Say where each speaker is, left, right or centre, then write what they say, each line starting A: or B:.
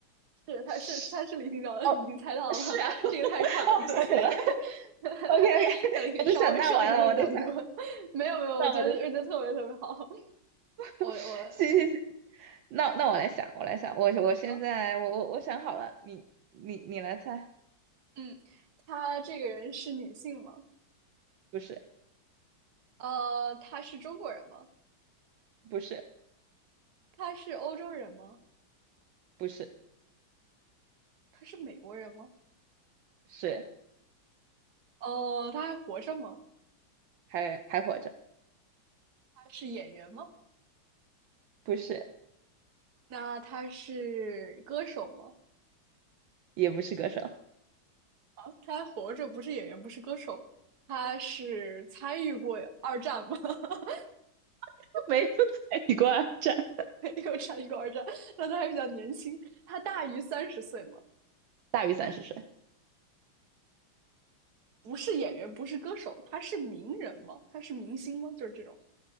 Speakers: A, on the right; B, on the right.
A: 对，他是他是李厅照，
B: 是
A: <laughs>
B: 哦
A: 已经猜到了，
B: 是啊 <laughs>
A: 这个太快了，
B: 哦吓死我了
A: 对，<laughs>
B: <laughs> OK OK
A: 那你可以稍微上一点点难度。
B: <laughs> 我在想那完了我得想
A: 没有没有，
B: 那我得
A: 我觉得我觉得特别特别好。
B: <laughs> 行
A: 我我
B: 行行那那我来想我来想我我现在我我我想好了你你你来猜
A: 好了，嗯，他这个人是女性吗？
B: 不是
A: 呃，他是中国人吗？
B: 不是，
A: 他是欧洲人吗？
B: 不是，
A: 他是美国人吗？
B: 是
A: 哦，呃他还活着吗？
B: 还还活着，
A: 他是演员吗？
B: 不是，
A: 那他是歌手吗？
B: 也不是歌手，
A: 啊，他还活着，不是演员，不是歌手。他是参与过二战吗？<laughs>
B: <laughs> 没有参与过二战。
A: <laughs> 没有产一个儿子，那他还比较年轻，他大于三十岁吗？
B: 大于伞是岁
A: 不是演员，不是歌手，他是名人吗？他是明星吗？就是这种，